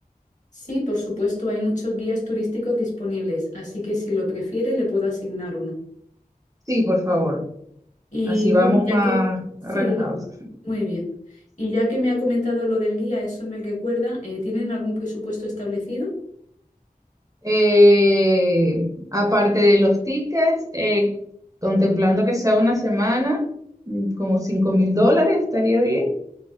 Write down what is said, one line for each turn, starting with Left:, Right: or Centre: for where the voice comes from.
Left: Sí, por supuesto, hay muchos guías turísticos disponibles, así que si lo prefiere, le puedo asignar uno.
Right: Sí, por favor.
Left: Y
Right: Así vamos
Left: bueno,
Right: más
Left: ya que... Sí,
Right: relajados.
Left: dígame. Muy bien. Y ya que me ha comentado lo del guía, eso me recuerda, eh, ¿tienen algún presupuesto establecido?
Right: Eh, aparte de los tickets, eh, contemplando que sea una semana, mm, como cinco mil dólares, estaría bien.